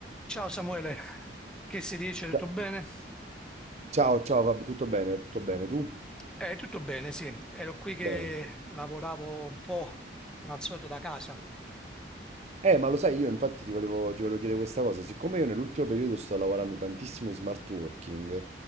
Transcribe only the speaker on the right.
Ciao,
ciao, ciao, vabbè, tutto bene, tutto bene. Tu?
Bene.
Eh, ma lo sai, io infatti ti volevo, ti volevo chiedere questa cosa. Siccome io nell'ultimo periodo sto lavorando tantissimo in smart working,